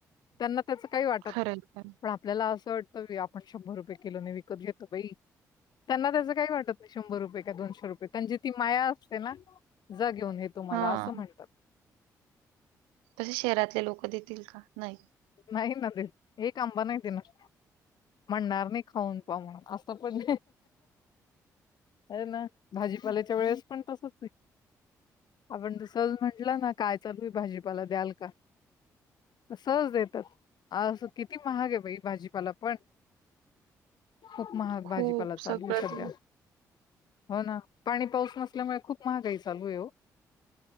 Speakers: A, on the left (about 50°); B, on the right (about 75°).
A: त्यांना त्याच काही वाटत
B: खरं
A: नाही
B: आहे, खरं आहे.
A: पण आपल्याला असं वाट आपण शंभर रुपये किलोने विकत घेतो बाई. त्यांना त्याचं काही वाटत नाही शंभर रुपये का दोनशे रुपये पणजी ती माया असते ना. जा घेऊन हे तुम्हाला
B: हां,
A: असं म्हणतात.
B: तसे शहरातले लोक देतील का नाही.
A: नाही न ते एक आंबा नाही देणार म्हणणार नाही खाऊन पा म्हणून असं पण ना भाजी. पाल्याच्या वेळेस पण तसच आहे. आपण तस म्हंटलं ना कायच तु भाजीपाला द्याल का. सहज देत. तर असं किती महाग आहे बाई भाजीपाला पण.. खूप महाग भाजीपाला
B: खूप
A: चालू
B: सगळंच
A: सध्या. हो ना पाणी पाऊस नसल्यामुळे खूप महागाई चालू आहे हो.